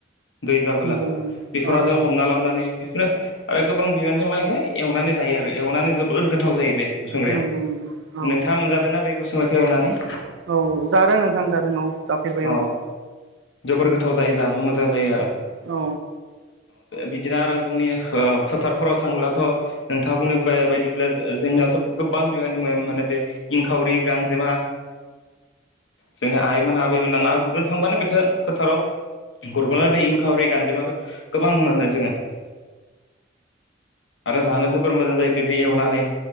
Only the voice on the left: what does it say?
दै जाबोला
बेफोराव
जों हमना ला हाबनानै बेफोरनो आरो गोबां बिबानजों मानखौ एवनानै जायो आरो एवनानै जोबोर गोथाव जायो बे। खुसेंग्राया
नोंथांङा मोनजादों ना? बे खुसेंग्राखौ एवनानै
अ
जोबोर गोथाव जायो जानो मोजां जायो आरो।
बिदिनो आरो जोंनि फोथारफोराव थांब्लाथ' नोंथां बुंनो बायदिब्ला? जोंनियावथ' गोबां बिबांनि मोनो बे इंखावरि गांजेमा जोंनि आइमोना आबैमोना ना गुरनो थांबानो बेखौ फोथाराव गुरबला बे इंखावरि गानजेमाखौ गोबां मोनो जोंङो। आरो जानो जोबोर मोजां जायो बेबो एवनानै।